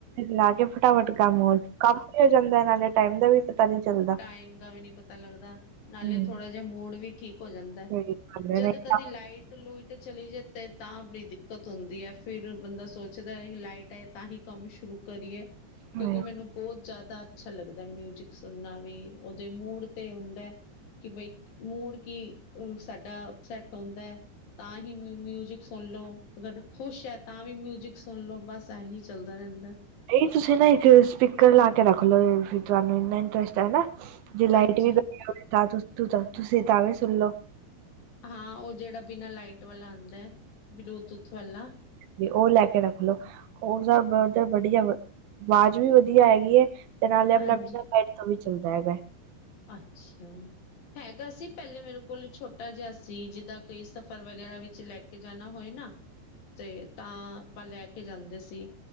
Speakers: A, on the right; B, on the left.
A: -ਲਾ ਕੇ ਫਟਾਫਟ ਕੰਮ ਹੋ ਕੰਮ ਵੀ ਹੋ ਜਾਂਦਾ। ਨਾਲੇ ਟਾਈਮ ਦਾ ਵੀ ਪਤਾਂ ਨੀ ਚਲਦਾ
B: ਟਾਈਮ ਦਾ ਵੀ ਨਹੀਂ ਪਤਾ ਲੱਗਦਾ। ਨਾਲੇ
A: ਹਮ
B: ਥੋੜ੍ਹਾ ਜਿਹਾ ਮੂਡ ਵੀ ਠੀਕ ਹੋ ਜਾਂਦਾ
A: ਸਹੀ ਗੱਲ ਹੈ
B: ਜਦ
A: ਨਹੀਂ
B: ਕਦੀ ਲਾਈਟ ਟ ਲੁਇਟ ਚਲੀ ਜਾ ਤੇ ਤਾਂ ਬੜੀ ਦਿੱਕਤ ਹੁੰਦੀ ਹੈ। ਫਿਰ ਬੰਦਾ ਸੋਚਦਾ ਲਾਈਟ ਆਏ। ਤਾਂ ਹੀ ਕੰਮ ਸ਼ੁਰੂ ਕਰੀਏ
A: ਤਾਂ
B: ਕਿਉਂਕਿ ਮੈਨੂੰ ਬਹੁਤ ਜ਼ਿਆਦਾ ਅੱਛਾ ਲੱਗਦਾ ਮਿਊਜਿਕ ਸੁਣਨਾ ਵੀ ਉਹਦੇ ਮੂਡ ਤੇ ਹੁੰਦਾ। ਕਿ ਬਈ ਮੂਡ ਕੀ ਓਹ ਸਾਡਾ ਸੈਟ ਹੁੰਦਾ ਹੈ ਤਾਂ ਹੀ ਮਿਊਜਿਕ ਸੁਣ ਲਓ। ਅਗਰ ਖੁਸ਼ ਹੈ ਤਾਂ ਵੀ ਮਿਊਜਿਕ ਸੁਣ ਲਓ। ਬਸ ਇਹੀ ਚੱਲਦਾ ਰਹਿੰਦਾ
A: ਇਹੀ ਤੁਸੀਂ ਨਾ ਇੱਕ ਸਪੀਕਰ ਲਾ ਕੇ ਰੱਖ ਲਓ। ਫੇਰ ਤੁਹਾਨੂੰ ਇੰਨਾ ਇੰਟਰਸਟ ਹੈ ਨਾ ਜੇ ਲਾਈਟ
B: ਹਾਂਜੀ
A: ਵੀ ਗਈ ਹੋਵੇ ਤਾਂ -ਤਾਂ ਤੁਸੀਂ ਤਾਂ ਵੀ ਸੁਣ ਲੋ
B: ਹਾਂ। ਉਹ ਜਿਹੜਾ ਬਿਨਾਂ ਲਾਈਟ ਵਾਲਾ ਆਉਂਦਾ ਬਲੂਟੂਥ ਵਾਲਾ
A: ਵੀ ਉਹ ਲੈ ਕੇ ਰੱਖਲੋ। ਉਹ ਸਭ ਧਰ ਵਧੀਆ ਆਵਾਜ਼ ਵੀ ਵਧੀਆ ਹੈਗੀ ਤੇ ਨਾਲੇ ਆਪਣਾ
B: ਹਾਂਜੀ
A: ਬਿਨਾਂ ਲਾਈਟ ਤੋਂ ਵੀ ਚੱਲਦਾ ਹੈਗਾ
B: ਅੱਛਾ। ਹੈਗਾ ਸੀ ਪਹਿਲੇ ਮੇਰੇ ਕੋਲ ਛੋਟਾ ਜਿਹਾ ਸੀ। ਜਿੱਦਾਂ ਕੀ ਸਫ਼ਰ ਵਗੈਰਾ ਵਿੱਚ ਲੈ ਕੇ ਕੇ ਜਾਣਾ ਹੋਏ ਨਾ। ਤੇ ਤਾਂ ਆਪਾਂ ਲੈ ਕੇ ਜਾਂਦੇ ਸੀ।